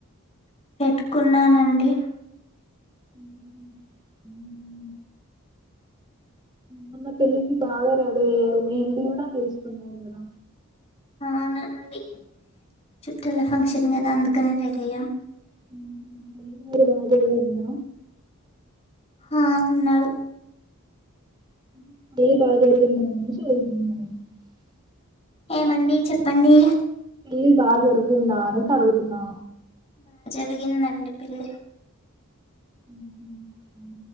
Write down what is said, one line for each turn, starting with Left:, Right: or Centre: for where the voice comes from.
Left: పెట్టుకున్నానండి
Right: ఉహుం. మరి పెళ్ళికి బాగా రెడీ అయ్యారా మీరు కూడా వేసుకున్నారు కదా
Left: అవునండి చుట్టూల ఫంక్షన్ కదా అందుకనే రెడీ అయ్యాం
Right: <unintelligible> ఉందా
Left: ఆ అన్నాడు
Right: <inaudible>
Left: ఏమండి చెప్పండి
Right: పెళ్లి బాగా జరిగిందా అనేసి అడుగుతున్నా
Left: తరిగిందండి పిల్లి
Right: ఉహ ఉమ్